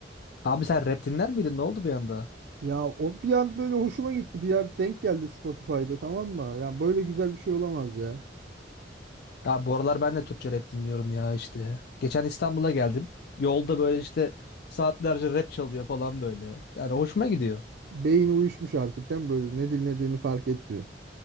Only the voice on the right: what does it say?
Ya o bir an böyle hoşuma gitti. Bir yer denk geldi Spotify'da tamam mı? Yani böyle güzel bir şey olamaz ya.
Beyin uyuşmuş artık değil mi? Böyle ne dinlediğini fark etmiyor.